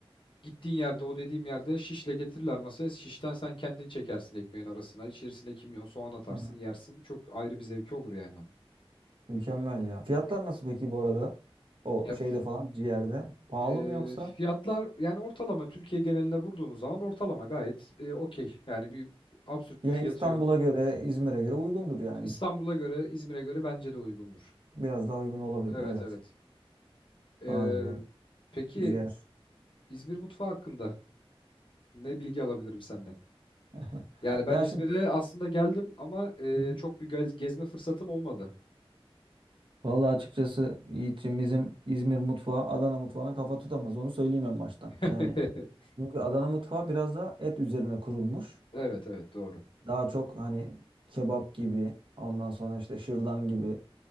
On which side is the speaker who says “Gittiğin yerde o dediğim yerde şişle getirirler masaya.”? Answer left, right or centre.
Left